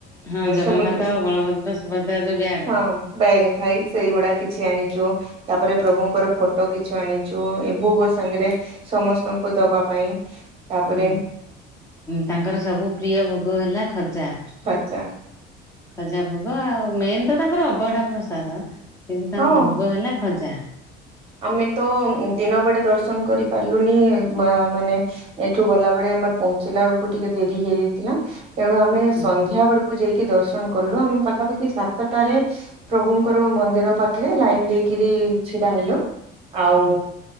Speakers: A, on the left; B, on the right.
A: ହଁ ଜଗନ୍ନାଥ
B: ସମୁଦ୍ର।
A: ବଳଭଦ୍ର ସୁଭଦ୍ରା ଯୋଉ ବ୍ୟାଗ
B: ହଁ ବ୍ୟାଗ ଥାଇ ସେଇଗୁଡା କିଛି ଆଣିଛୁ। ତାପରେ ପ୍ରଭୁଙ୍କର ଫଟୋ କିଛି ଆଣି ଯୋଉ, ଏ ଭୋଗ ସାଙ୍ଗରେ ସମସ୍ତଙ୍କୁ ଦବା ପାଇଁ ତାପରେ
A: ହୁଁ ତାଙ୍କର ସବୁ ପ୍ରିୟ ଭୋଗ ହେଲା ଖଜା।
B: ଖର୍ଚ୍ଚା
A: ଖଜା ଭୋଗ, ଆଉ ମେନ ତ ତାଙ୍କର ଅବଢା ପ୍ରସାଦ। କିନ୍ତୁ ତାଙ୍କ
B: ହଁ
A: ଭୋଗ ହେଲା ଖଜା।
B: ଆମେ ତ ଦିନ ବେଡେ ଦର୍ଶନ କରି ପାରିଲୁନି, ମା ମାନେ ଏଠୁ ଗଲାବେଳେ ଆମେ ପହଞ୍ଚିଲା ବେଳକୁ ଟିକେ ଡେରି ହେଇଯାଇଥିଲା, ତେଣୁ ଆମେ
A: ହୁଁ
B: ସନ୍ଧ୍ୟା ବେଳକୁ ଯାଇ କି ଦର୍ଶନ କଲୁ, ଆମେ ପାଖାପାଖି ସାତଟାରେ ପ୍ରଭୁଙ୍କର ମନ୍ଦିର ପାଖରେ ଲାଇନ ଦେଇକିରି ରି ଛିଡା ହେଲୁ। ଆଉ
A: ହୁଁ